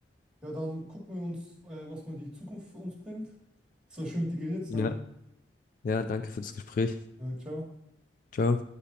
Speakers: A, in the centre; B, on the left.
A: Ja, dann gucken wir uns, äh, was mal die Zukunft für uns bringt. Es war schön mit dir geredet, zu
B: Ja.
A: haben.
B: Ja, danke für das Gespräch.
A: Ja, ciao.
B: Ciao.